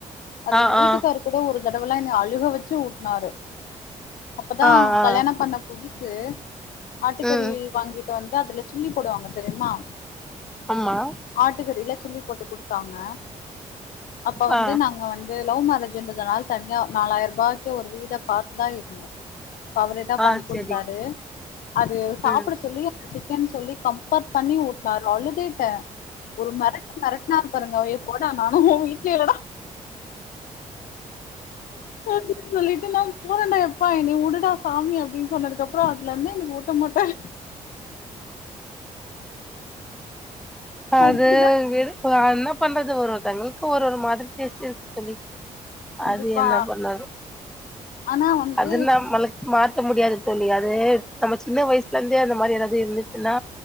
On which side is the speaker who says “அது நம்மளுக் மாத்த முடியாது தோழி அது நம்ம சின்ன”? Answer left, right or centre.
Centre